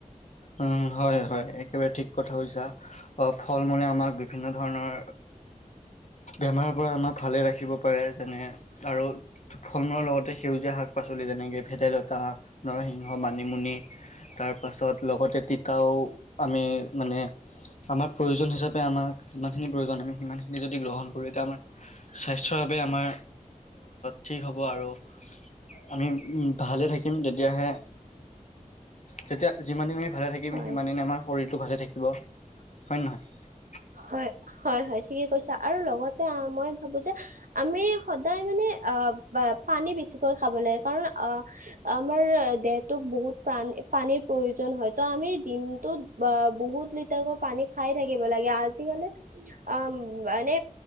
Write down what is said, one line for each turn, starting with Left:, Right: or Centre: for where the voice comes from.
Left: উম হয় হয় একেবাৰে ঠিক কথা কৈ চা বা ফল মূলে আমাক বিভিন্ন ধৰণৰ বেমাৰৰ পৰা আমাক ভালে ৰাখিব পাৰে যেনে আৰু ফল মূলৰ লগতে সেউজীয়া শাক পাচলি যেনেকৈ ভেদাইলতা, নৰসিংহ, মানিমুনি, তাৰপাছত লগতে তিতাও আমি মানে আমাৰ প্ৰয়োজন হিচাপে আমাক যিমানখিনি প্ৰয়োজন আমি সিমানখিনি যদি গ্ৰহণ কৰো এতিয়া আমাৰ স্বাস্থ্যৰ বাবে আমাৰ ঠিক হ'ব আৰু আমি উ ভালে থাকিম তেতিয়াহে তেতিয়া যিমানে ভালে থাকিম
Right: হয়
Left: সিমান দিনে আমাৰ শৰীৰটো ভালে থাকিব হয় নহয়
Right: হয় হয় হয় ঠিকেই কৈছা আৰু লগতে মই ভাবো যে আমি সদায় মানে আ পানী বেছিকৈ খাব লাগে কাৰণ অ আমাৰ দেহটোক বহুত প্ৰানী পানীৰ প্ৰয়োজন হয়। ত আমি দিনটোত বা বহুত লিটাৰকৈ পানী খাই থাকিব লাগে আজিকালি অ মানে